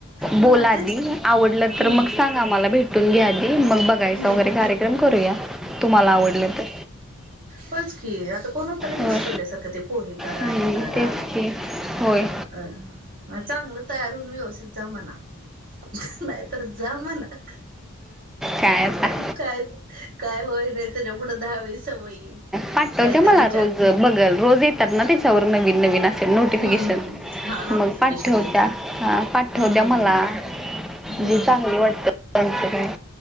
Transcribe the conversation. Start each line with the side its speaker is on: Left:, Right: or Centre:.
Right: हा
Centre: बोल आधी
Right: तेच
Centre: आवडलं
Right: हम्म
Centre: तर मग सांग आम्हाला भेट भेटून घ्या आधी. मग बघायचा
Right: हम्म
Centre: वगैरे कार्यक्रम करूया तुम्हाला आवडलं तर.
Right: होयचं की. आता कोण आता राहिल
Centre: होय
Right: पहिल्यासारख ते पोहे करा,
Centre: हम्म,
Right: हे करा.
Centre: तेच की होय
Right: अह अह चांगलं तयार होऊन व्यवस्थित जा म्हणाव. नाय तर जा म्हणाव.
Centre: काय आता.
Right: काय, काय होईल रे. त्याच्या पुढं दहावी सवयी
Centre: पाठवत्या
Right: काहीतरी
Centre: मला
Right: हिच्या
Centre: रोज बघल रोज येतात ना त्याच्यावर नवीन नवीन असे नोटीफिकेशन.
Right: हम्म हा नोटिफिकेशन
Centre: मग पाठवत्या,
Right: येते
Centre: हा पाठवत्या
Right: हम्म
Centre: मला
Right: हम्म
Centre: जी चांगली वाटते. त्यांचं कायं